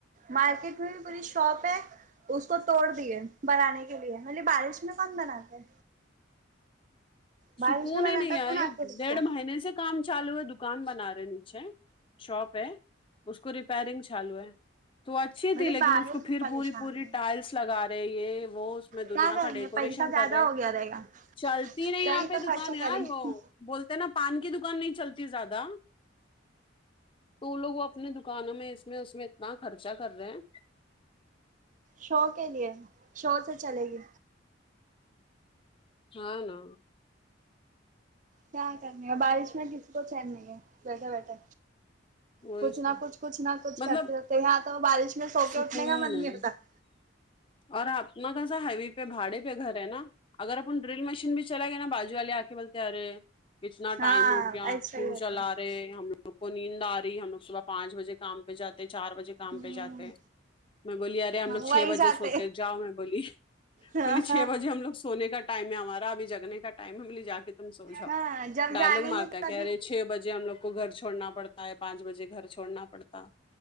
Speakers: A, on the right; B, on the left.
A: مارکیٹ میں بھی پوری شاپ ہے اس کو توڑ دیے بنانے کے لیے میں بولے بارش میں کون بناتے ہے بارش
B: سکون
A: میں بناتا
B: ہی نہیں آئے
A: کون آخر اس
B: ڈیڑھ
A: کو
B: مہینے سے کام چالو ہے دکان بنا رہے نیچے شاپ ہے اس کو ریپیرنگ چالو ہے تو اچھی
A: بولے
B: تھی لیکن
A: بارش
B: اس کو پھر
A: پریشان
B: پوری پوری
A: ہے
B: ٹائلس لگا رہے یہ وہ اس میں
A: کیا
B: دنیا
A: کریں
B: کا ڈیکوریشن
A: گے پیسہ زیادہ
B: کر رہے
A: ہو گیا رہے گا
B: چلتی نہیں
A: صحیح
B: یہاں پہ
A: تو
B: دکان
A: خرچہ
B: یار
A: کریں گے
B: وہ بولتے نا پان کی دکان نہیں چلتی زیادہ تو وہ لوگ وہ اپنے دکانوں میں اس میں اس میں اتنا خرچہ کر رہے ہیں
A: شو کے لیے شو سے چلے گی
B: ہاں نہ
A: کیا کرنی ہے بارش میں کسی کو چین نہیں ہے بیٹھے بیٹھے
B: وہی
A: کچھ
B: سب،
A: نہ کچھ کچھ نہ کچھ
B: مطلب
A: کرتے ہوتے یہاں تو بارش میں سوکے
B: سکون
A: اٹھنے کا
B: ہی
A: من
B: نہیں
A: ملتا ہے
B: اور اپنا کیسا ہیوی پہ بھاڑے پہ گھر ہے نا اگر اپن ڈرل مشین بھی چلا گیا نا باجو والے آ کے بولتے آ رہے اتنا
A: ہاں
B: ٹائم ہو گیا
A: ایسا
B: کیوں
A: ہی ہوتا
B: چلا
A: ہے
B: رہے ہم لوگ کو نیند آ رہی ہم لوگ صبح پانچ بجے کام پہ جاتے چار بجے کام
A: ہ
B: پہ جاتے ہیں میں بولی ارے ہم لوگ
A: وہی
B: چھ بجے
A: جاتے
B: سو تے جاؤ میں بولی
A: ہاں
B: میں بولے چھ بجے ہم لوگ سونے کا ٹائم ہے ہمارا اب جگنے کا ٹائم ہے ہم بولا جا کے تم سو جاؤ
A: ہاں جب
B: ڈائلگ
A: جاگیں
B: مارتا
A: گے
B: ہے کہ
A: تبھی
B: ارے چھ بجے ہم لوگ کو گھر چھوڑنا پڑتا ہے پانچ بجے گھر چھوڑنا پڑتا